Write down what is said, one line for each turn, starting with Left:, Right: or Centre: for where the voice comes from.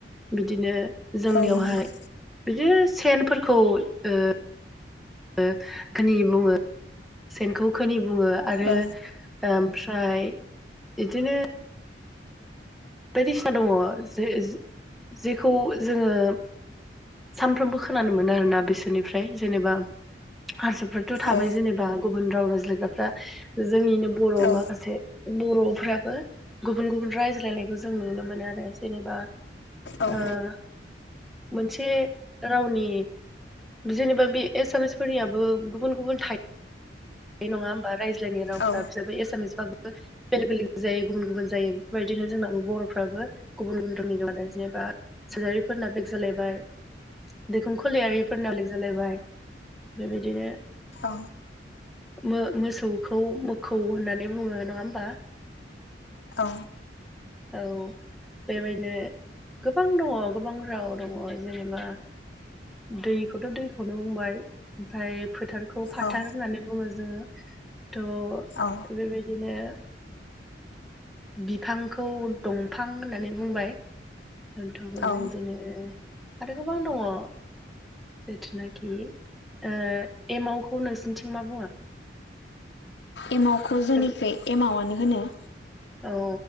Centre: बिदिनो जोंनियावहाय
Left: औ नंगौ
Centre: बिदिनो सेनफोरखौ ओ ओ खोनि बुङो। सेनखौ खोनि बुङो आरो
Left: औ
Centre: ओमफ्राय इदिनो बायदिसिना दङ जे जेखौ जोङो सानफ्रोमबो खोनानो मोनो आरोना बिसोरनिफ्राय जेनेबा हारसाफ्राथ' थाबाय
Left: औ
Centre: जेनेबा गुबुन राव रायज्लायग्राफ्रा जोंनिनो बर'
Left: औ
Centre: माखासे बर'फ्राबो गुबुन गुबुन रायज्लायनायखौ जो जों नुनो मोनो आरो जेनेबा
Left: औ
Centre: ओ मोनसे रावनि जेनेबा बे एसामिसफोरनियाबो गुबुन गुबुन था बे नङा होमबा रायज्लायनाय रावफ्रा
Left: औ
Centre: बिसोर एसामिस एबा गु बेलेग बेलेग जायो गुबुन गुबुन जायो बेफोरबायदिनो जोंनाबो बर'फ्राबो गुबुन गुबुन रोखोमनि जेनेबा सार्जारिफोरना बेक जालायबाय दैखुन खलारिफोरना लिक जालायबाय बेबायदिनो
Left: औ।
Centre: मो मोसौखौ मोखौ होननानै बुङो नङा होमबा?
Left: औ
Centre: औ बेबायदिनो गोबां दङ गोबां राव दङ जेनेबा दैखौथ' दैखौनो बुंबाय ओमफ्राय फोथारखौ फाथार
Left: औ
Centre: होननानै बुङो जोङो थह
Left: औ
Centre: बेबायदिनो बिफांखौ दंफां होननानै बुंबाय दन्थ'फोर
Left: औ
Centre: बे इदिनो आरो गोबां दङ। जिथुनाखि ओ एमावखौ नोंसिनिथिं मा बुङो?
Left: एमावखौ जेनिखुइ
Centre: जों
Left: एमावनो होनो।
Centre: औ